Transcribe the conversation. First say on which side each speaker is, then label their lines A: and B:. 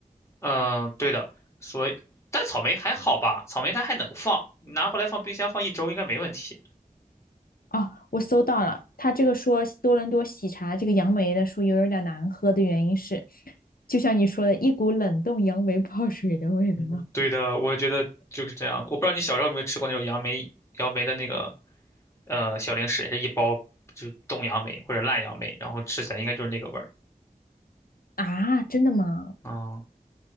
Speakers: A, on the left; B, on the left.
A: 嗯，对的，所以但草莓还好吧，草莓它还能放，你拿回来放冰箱放一周应该没问题。
B: 哦，我搜到了，他这个说多伦多喜茶这个杨梅的说有有点难喝的原因是，就像你说的，一股冷冻杨梅泡水的味道
A: 嗯，对的，我觉得就是这样。我不知道你小时候有没有吃过那种杨梅杨梅的那个呃小零食，也是一包就是冻杨梅或者烂杨梅，然后吃起来应该就是那个味儿。
B: <laughs> 啊，真的吗？
A: 啊、